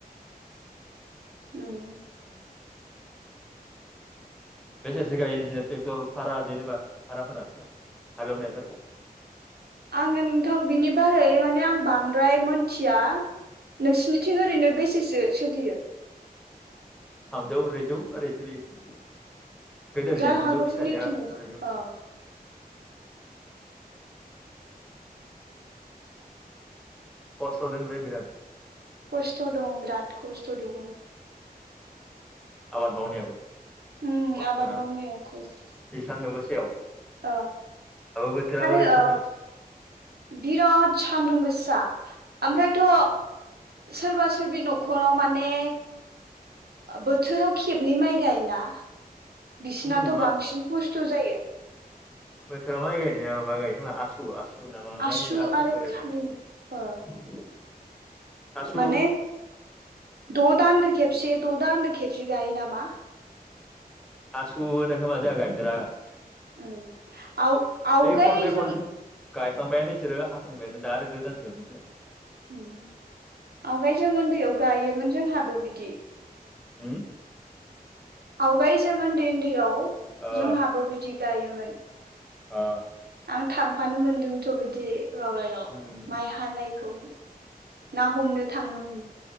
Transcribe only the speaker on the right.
उम
आङो नोंथां बिनि बारै माने आं बांद्राय मोनथिया नोंसिनिथिं ओरैनो बेसेसो सोलियो
जानो
हागौ
जोंनिथिंबो
अ
खस्थ दं बिराद खस्थ दङ
उम
आबाद मावनाया खस्थ'
ओ
आरोओ
बिराद सान्दुं गोसा सा ओमफ्रायथ सोरबा सोरबि नखराव माने बोथोराव खेबनै माइ गायोना
बिसिनाथ बांसिन खस्थ जायो
आसु
आरो
खालि ओ
माने द दान्दो खेबसे द दान्दो खेबसे गायो नामा
उम आव आवगाय
जों
उम आवगाय जों उन्दैयाव गायोमोन जोंहाबो बिदि
आवगाय जोमोनन्दै उन्दैयाव
जोंहाबो बिदि गायोमोन
आं थांफानो मोनदोंथ बिदि माबायाव
माइ हानायखौ ना हमनो थांनो